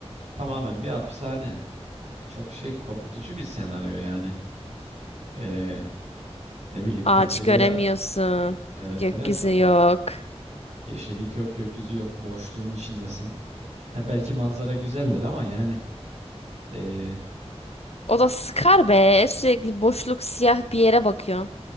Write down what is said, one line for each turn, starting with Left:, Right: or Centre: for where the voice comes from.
Right: tamamen bir hapishane. Çok şey korkutucu bir senaryo yani. Ee, ne bileyim pencereye
Left: Ağaç göremiyorsun.
Right: evet
Left: Gökyüzü
Right: evet yani
Left: yok.
Right: yeşillik yok gökyüzü yok boşluğun içindesin. Ha, belki manzara güzeldir ama yani ee,
Left: O da sıkar be. Sürekli boşluk siyah bir yere bakıyorsun.